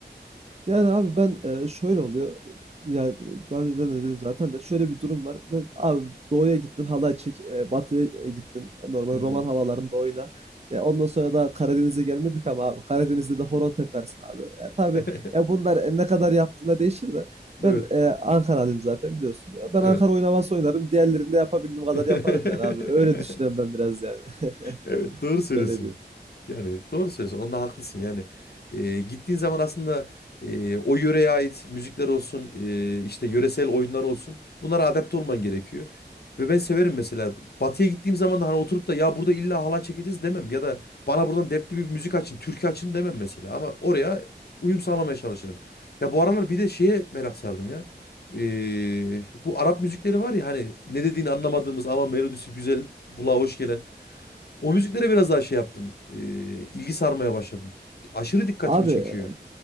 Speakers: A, on the right; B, on the left.
A: Yani abi ben, eee, şöyle oluyor, yani daha önce de dedim zaten de şöyle bir durum var. Ben abi doğuya gittin halay çek, eee, batıya, eee, gittin normal
B: Hı hı.
A: roman havalarında oyna. Ya, ondan sonra da Karadeniz'e gelmedik ama abi Karadeniz'de de horon tepersin abi. E, tabii
B: <laughs>
A: ya bunlar, eee, ne kadar yaptığına değişir de
B: Evet.
A: ben, eee, Ankaralıyım zaten biliyorsun. E, ben
B: Evet.
A: Ankara oynaması oynarım. Diğerlerini de yapabildiğim kadar
B: <laughs>
A: yaparım yani abi. Öyle düşünüyorum ben biraz yani. <laughs>
B: Evet doğru söylüyorsun.
A: Öyle diyeyim.
B: Yani doğru söylüyorsun. Onda haklısın. Yani e, gittiğin zaman aslında e, o yöreye ait müzikler olsun, e, işte yöresel oyunlar olsun. Bunlara adapte olman gerekiyor. Ve ben severim mesela. Batı'ya gittiğim zaman da hani oturup da ya burada illa halay çekeceğiz demem. Ya da bana buradan dertli bir müzik açın, türkü açın demem mesela. Ama oraya uyum sağlamaya çalışırım. Ya bu aralar bir de şeye merak sardım ya. E, bu Arap müzikleri var ya hani ne dediğini anlamadığımız ama melodisi güzel, kulağa hoş gelen. O müziklere biraz daha şey yaptım. e, ilgi sarmaya başladım. Aşırı dikkatimi
A: Abi
B: çekiyor.
A: eh,